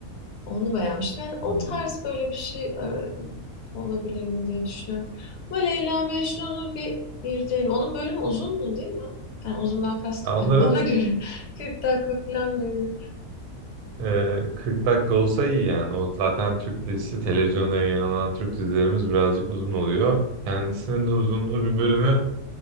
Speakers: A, on the left; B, on the right.
A: Onu beğenmiştim. Yani o
B: hmm.
A: tarz böyle bir şey e, olabilir mi diye düşünüyorum. Ama Leyla Mecnun'u bir izleyeyim. Onun bölümü uzundu değil mi? Yani uzundan kastım.
B: Ya Onların
A: yani bana göre <laughs> 40 dakika falan böyle.
B: <laughs> e, 40 dakika olsa iyi yani. O zaten Türk dizisi, televizyonda yayınlanan Türk dizilerimiz birazcık uzun oluyor. Kendisinin de uzunluğu bir bölümü